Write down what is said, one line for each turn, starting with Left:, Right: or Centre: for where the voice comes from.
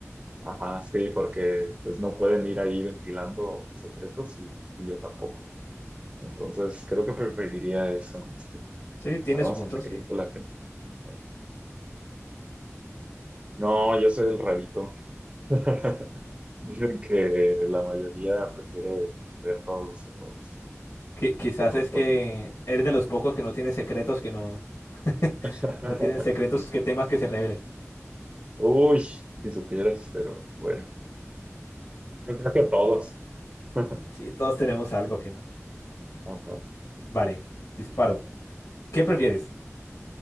Right: Ajá, sí, porque pues no pueden ir ahí ventilando mis secretos y, y yo tampoco. Entonces, creo que preferiría eso, este.
Left: Sí, tiene
Right: Ahora
Left: su
Right: vamos
Left: punto,
Right: a ver
Left: sí.
Right: qué dice la gente. A ver. No, yo soy el rarito. <laughs> Dicen que la mayoría prefiere ver todos los errores,
Left: Qui- quizás
Right: aunque no
Left: es
Right: los pueden
Left: que
Right: evitar.
Left: eres de los pocos que no tiene secretos, que no, <laughs>
Right: <laughs>
Left: no tiene secretos que temas que se revelen.
Right: Uy, si supieras, pero bueno. Yo creo que todos. <laughs>
Left: Sí, todos tenemos algo que no.
Right: Ajá,
Left: Vale, disparo. ¿Qué prefieres?
Right: a ver.